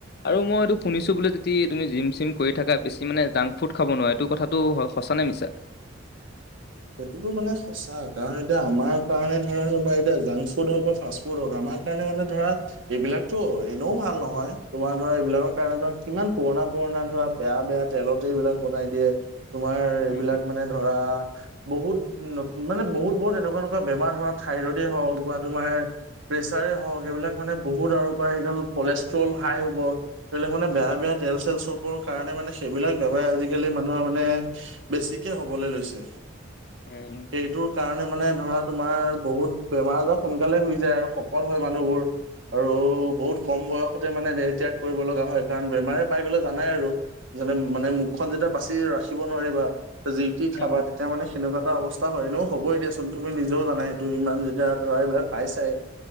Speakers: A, on the left; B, on the right.
A: আৰু মই এইটো শুনিছো বোলে যদি তুমি জিম চিম কৰি থাকা বেছি মানে জাং। ফুড খাব নোৱাৰে এইটো কথাটো সঁচা নে মিছা।
B: সেইটোতো মানে সঁচা, কাৰণ এতিয়া আমাৰ কাৰণে ধৰা তোমাৰ এতিয়া জাংক ফুড হওক বা ফাৰ্ষ্ট ফুড ফুড হওঁক, আমাৰ কাৰণে মানে ধৰা, এইবিলাকতো এনেও ভাল নহয়। তোমাৰ ধৰা এইবিলাকৰ কাৰণে ধৰা, কিমান পুৰণা- পুৰণা ধৰা বেয়া- বেয়া তেলতে এইবিলাক বনাই দিয়ে। তোমাৰ এইবিলাক
A: উম,
B: মানে ধৰা, বহুত মানে বহুত- বহুত এনেকুৱা- এনেকুৱা বেমাৰ ধৰক, থাইৰইডে হওক বা তোমাৰ প্ৰেচাৰে হওক, এইবিলাক মানে বহুত আৰু বা এটাই কলেষ্ট্ৰল হাই হ'ব। এইবিলাক মানে বেয়া- বেয়া তেল- চেল, চবৰ কাৰণে মানে সেইবিলাক বেমাৰ আজিকালি মানুহৰ মানে বেছিকে হ'বলৈ লৈছে।
A: উম।
B: সেইটোৰ কাৰণে মানে ধৰা, তোমাৰ বহুত বেমাৰ আজাৰ সোনকালে হৈ যায়। আৰু শকত হয় মানুহবোৰ। আৰু বহুত কম বয়সতে মানে দেহ ত্যাগ কৰিব লগা হয়। কাৰণ বেমাৰে পাই গ'লে জানাই আৰু। যেনে মানে মুখখন যেতিয়া বাচি ৰাখিব নোৱাৰিবা। যি টি খাবা
A: অ
B: তেতিয়া মানে তেনেকুৱা এটা অৱস্থা হয় ন। হ'বই দিয়াচোন, তুমি নিজেও জানা সেইটো ইমান যেতিয়া ধৰা, এইবিলাক পাইছাই।